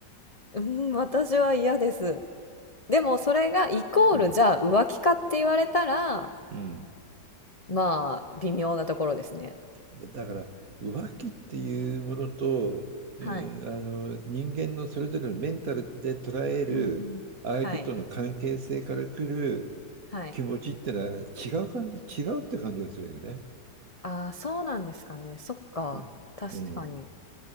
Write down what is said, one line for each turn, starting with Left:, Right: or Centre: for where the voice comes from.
Left: うん、私は嫌です。でもそれがイコール、
Right: うん。
Left: じゃあ浮気かって言われたら、
Right: うん。
Left: まあ、微妙なところですね。
Right: だから、浮気っていうものと、うん、
Left: はい。
Right: あの、人間のそれぞれのメンタルで捉える相手との関係性から来る
Left: うんうん。はい、はい。
Right: 気持ちってのは違う感じ、違うって感じがするよね。
Left: ああ、そうなんですかね。そっか、
Right: うん。
Left: 確かに。
Right: うん。